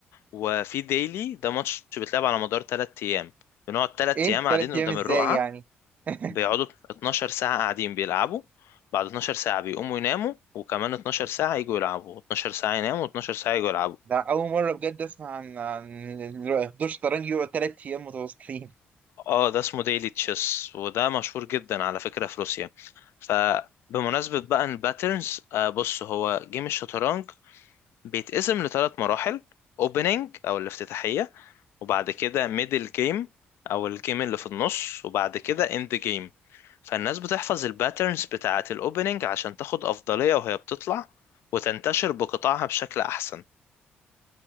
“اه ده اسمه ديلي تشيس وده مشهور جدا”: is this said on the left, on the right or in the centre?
Left